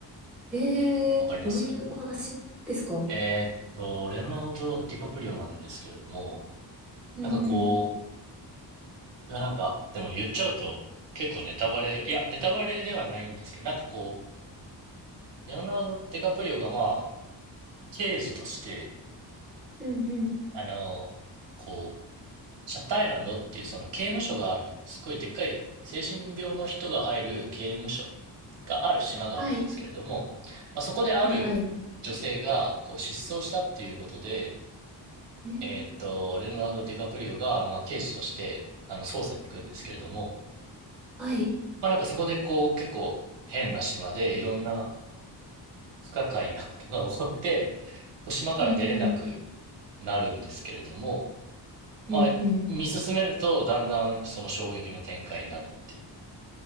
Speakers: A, in the centre; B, on the right.
A: ええどういうお話ですか
B: てわかりますえーっと、レオナルド・ディカプリオなんですけれども、
A: うんうん、
B: なんかこう、いやなんか、でも言っちゃうと結構ネタバレ、いや、ネタバレではないんですけど、なんかこう、レオナルド・ディカプリオがまあ、刑事として、
A: うんうん。
B: あの、こう、シャッターアイランドっていうその刑務所がある、すごいでっかい精神病の人が入る刑務所がある島があるんですけれども、
A: はい、
B: まあ、そこである女性がこう失踪したっていうことで、
A: はいはい。うん、
B: えーっと、レオナルド・ディカプリオが、まあ、刑事としてあの捜査に行くんですけれども、
A: はい、
B: まあ、なんかそこでこう結構変な島でいろんな不可解なことが起こって、こう島から出れなく
A: うんうん、
B: なるんですけれども、
A: うんうん。
B: まあ、見進めると、だんだんその衝撃の展開になるっていう。